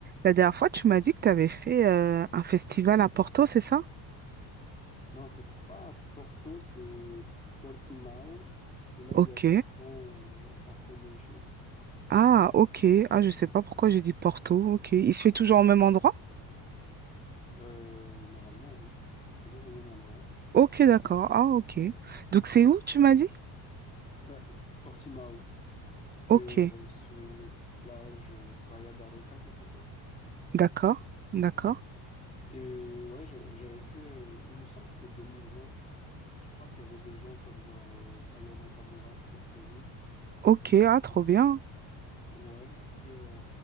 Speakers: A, on the right; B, on the left.
A: La dernière fois, tu m'as dit que tu avais fait euh, un festival à Porto, c'est ça?
B: Non, c'est pas Porto, c'est Portimao. C'est là
A: Ok.
B: où il y a justement euh, Afro Nation.
A: Ah, ok. Ah, je sais pas pourquoi j'ai dit Porto. Ok. Il se fait toujours au même endroit?
B: Euh, normalement, oui, mais c'est toujours au même endroit.
A: Ok, d'accord. Ah, ok. Donc, c'est où, tu m'as dit?
B: Ben, Portimao, c'est
A: Ok.
B: euh, sur une plage, euh, Praia da Roca, ça s'appelle.
A: D'accord. D'accord.
B: Et ouais, je- j'avais fait, euh, il me semble que c'était 2020. Je crois qu'il y avait des gens comme genre euh, Aya Nakamura qui était prévu.
A: Ok. Ah, trop
B: Et-
A: bien.
B: Ouais, après, euh,